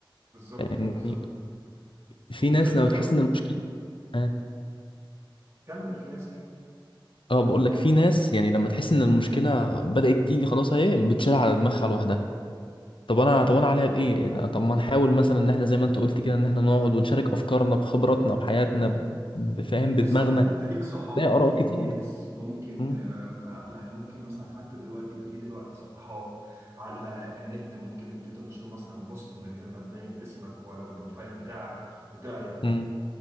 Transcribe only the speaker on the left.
يعني
في
ناس
لما بتحس
ان المشكلة اه
اه بقول لك في ناس يعني لما تحس ان المشكلة بدأت تيجي خلاص اهي بتشيلها على دماغها لوحدها طب انا
طب انا عليا بايه أنا- طب ما نحاول مثلا ان احنا زي ما انت قلت كده ان احنا نقعد ونشارك افكارنا بخبراتنا بحياتنا بفهم بدماغنا
زي اراء
كتير
مم.
مم.